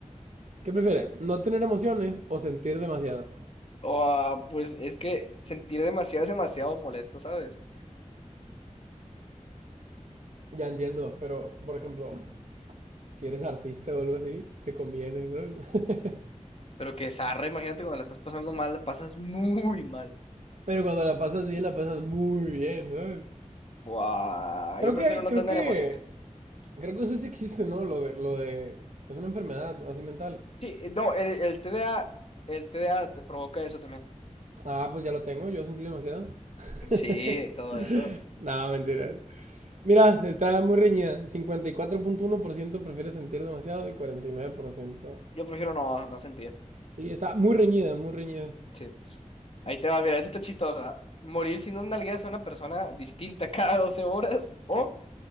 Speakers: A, on the right; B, on the left.
A: ¿Qué prefieres? ¿No tener emociones o sentir demasiado?
B: Ah, pues es que sentir demasiado es demasiado molesto, ¿sabes?
A: Ya entiendo, pero por ejemplo, si eres artista o algo así, te conviene, ¿sabes? <laughs>
B: Pero que zarra, imagínate cuando la estás pasando mal, la pasas <laughs> muy mal.
A: pero cuando la pasas bien, la pasas muy bien, ¿sabes?
B: Buah,
A: Creo
B: yo prefiero
A: que hay,
B: no
A: creo
B: tener
A: que,
B: emociones.
A: creo que eso sí existe, ¿no? Lo de, lo de, es una enfermedad así mental.
B: Sí, eh, no, el, el TDA, el TDA te provoca eso también.
A: Ah, pues ya lo tengo, yo sentí demasiado. <laughs>
B: Sí, todo eso.
A: No, mentira. Mira, está muy reñida. Cincuenta y cuatro punto uno por ciento prefiere sentir demasiado y 49%
B: Yo prefiero no, no sentir.
A: Sí, está muy reñida, muy reñida.
B: Sí. Ahí te va, mira, esta está chistosa. Morir si no nalgueas a una persona distinta <laughs> cada 12 horas o